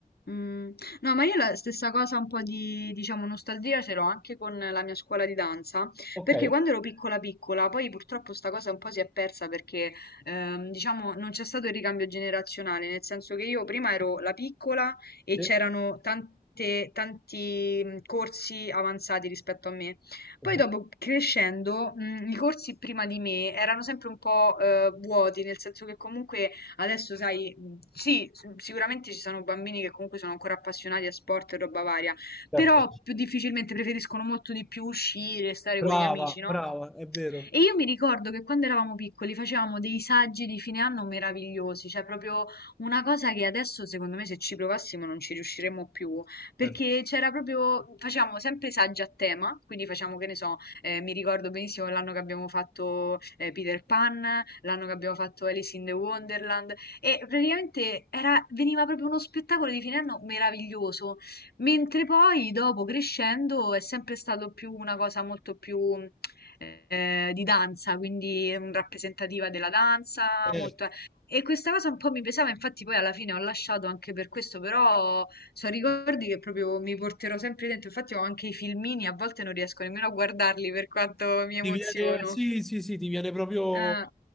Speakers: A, on the left (about 90°); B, in the centre.
A: Mm, no, ma io la stessa cosa, un po' di, diciamo, nostalgia ce l'ho anche con la mia scuola di danza,
B: Ok,
A: perché quando ero piccola piccola, poi purtroppo sta cosa un po' si è persa perché, ehm, diciamo, non c'è stato il ricambio generazionale, nel senso che io prima ero la piccola e
B: sì.
A: c'erano tante- tanti mm, corsi avanzati rispetto a me. Poi
B: Mhm,
A: dopo crescendo, mm, i corsi prima di me erano sempre un po', eh, vuoti, nel senso che comunque Adesso, sai, mh, sì, s- sicuramente ci sono bambini che comunque sono ancora appassionati a sport e roba varia,
B: certo.
A: però più difficilmente preferiscono molto di più uscire, stare
B: Brava,
A: con gli amici, no?
B: brava, è vero.
A: E io mi ricordo che quando eravamo piccoli facevamo dei saggi di fine anno meravigliosi, cioè proprio una cosa che adesso secondo me se ci provassimo non ci riusciremmo più, perché
B: Certo.
A: c'era proprio, facevamo sempre saggi a tema, quindi facciamo che ne so, eh, mi ricordo benissimo l'anno che abbiamo fatto eh, Peter Pan, l'anno che abbiamo fatto Alice in the Wonderland e praticamente era, veniva proprio uno spettacolo di fine anno meraviglioso, mentre poi dopo crescendo è sempre stato più una cosa molto più ehm, di danza, quindi mm, rappresentativa della danza,
B: Eh,
A: molto... E questa cosa un po' mi pesava, infatti poi alla fine ho lasciato anche per questo, però sono ricordi che proprio mi porterò sempre dentro, infatti ho anche i filmini, a volte non riesco nemmeno a guardarli per quanto mi emoziono.
B: ti viene, sì, sì, sì, ti viene proprio...
A: Eh.